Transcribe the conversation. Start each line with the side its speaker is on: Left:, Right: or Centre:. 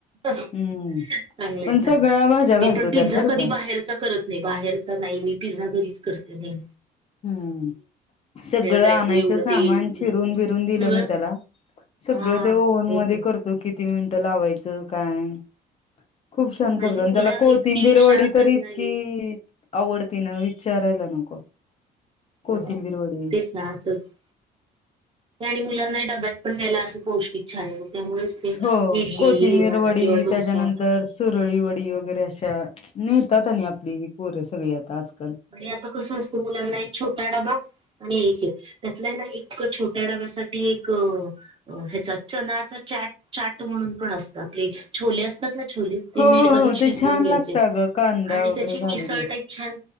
Right: चांगलं
Left: हम्म
Right: हाय
Left: पण
Right: चांगलं,
Left: सगळ्या भाज्या
Right: मी
Left: घालतो
Right: पण पिझ्झा
Left: त्यात बरं
Right: कधी
Left: का
Right: बाहेरचा करत नाही बाहेर नाही मी पिझ्झा घरीच करते, नाही
Left: हम्म, सगळं
Right: जायचं
Left: आणायचं
Right: एवढं
Left: सामान
Right: ते
Left: चिरून-
Right: करायचं
Left: बिरून दिलं
Right: सगळं
Left: ना त्याला सगळं
Right: हा
Left: ते ओव्हन
Right: होत.
Left: मध्ये करतो, किती मिनिटं लावायचं काय. खूप छान करतो,
Right: हल्ली
Left: आणि
Right: मुलं
Left: त्याला कोथिंबीरवडी
Right: इतकी शार्प
Left: तर
Right: आहेत
Left: इतकी
Right: ना ही.
Left: आवडती ना, विचारायला नको. कोथिंबीर
Right: हो
Left: वडी
Right: तेच ना असंच आणि मुलांनाही डब्यात पण द्यायला असं पौष्टिक छान आहे, त्यामुळेच ते
Left: हो,
Right: इडली
Left: कोथिंबीरवडी
Right: म्हणा किंवा डोसा
Left: त्याच्यानंतर सुरळी वडी वगैरे अशा, नेतात आणि आपली ही पोरं सगळी आता, आजक
Right: नी, आता कसं असतं मुलांना एक छोटा डबा आणि एक हेय, त्यातला ना एक छोट्या डब्यासाठी एक अ, हेचा चनाचा चाट, चाट म्हणून पण असतात आपले छोले असतात ना छोले ते
Left: हो
Right: मीठ घालून
Left: हो
Right: शिजवून
Left: ते छान
Right: घ्यायचे,
Left: लागतं अगं कांदा
Right: आणि
Left: वगैरे
Right: त्याची
Left: घालून
Right: मिसळ टाईप छान,